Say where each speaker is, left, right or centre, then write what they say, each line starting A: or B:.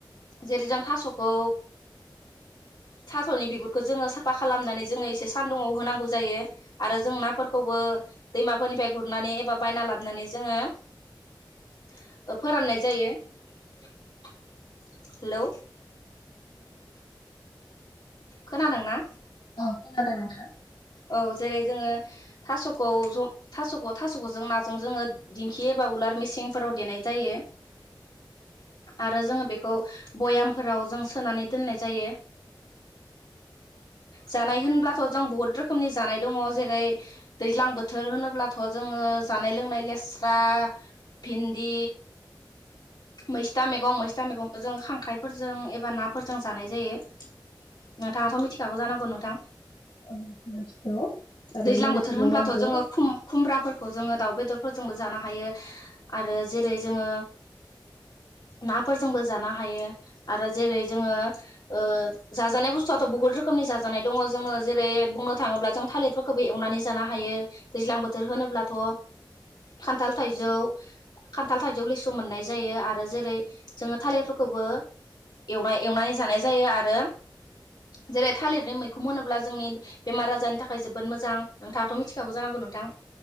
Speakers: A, on the left; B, on the left.
A: जेरै जों थास'खौ थास'नि बिगुरखौ जोङो साफा खालामनानै जोङो एसे सानदुंङाव होनांगौ जायो आरो जों नाफोरखौबो दैमाफोरनिफ्राय गुर नानै एबा बायना लाबोनानै जोङो फोराननाय जायो । हेलौ खोनादोंना?
B: औ खोनादों नोंथां।
A: औ जेरै जोङो थास'खौ ज थास'खौ थास'खौ जों नाजों जोङो दिंखि एबा उलार मेसिंफोराव देनाय जायो। आरो जोङो बेखौ। भयामफोराव जों सोनानै दोननाय जायो। जानाय होनब्ला। आ बहुत रोखोमनि जानाय दङ जेरै। दैज्लां बोथोर होनोब्लाथ'। जोङो जानाय लोंनाय लेस्रा भिन्दि। मैस्था मैगं मैस्था मैगंखौ जोङो। खांख्राइफोरजों एबा नाफोरजों जानाय जायो। नोंथाङाथ' मिथिखागौ जानांगौ नोंथां।
B: औ मिथिगौ ओरैनो
A: दैज्लां
B: मिथिगौ
A: बोथोर होनब्लाथ'
B: आंबो।
A: जोङो खुम खुमब्राफोरखौ जोङो दाउ बेदरफोरजोंबो जानो हायो आरो जेरै जोङो नाफोरजोंबो जानो हायो आरो। जेरै जोङो ओ। जाजानाय बुस्थुआथ' बहुत रोखोमनि जाजानाय दङ। जोङो जेरै बुंनो थाङोब्ला जों थालिरफोर। खोबो एवनानै जानो हायो दैज्लां बोथोर होनोब्लाथ' खान्थाल थाइजौ खान्थाल थाइजौ लिसु मोननाय जायो आरो जेरै जोङो थालिरफोरखौबो एवनाय एवनानै जानाय जायो आरो जेरै थालिरनि मैख। बेखौ मोनोब्ला जोंनि बेमार आजारनि थाखाय जोबोद मोजां नोंथांयाथ मिथिखागौ जानांगौ नोंथां।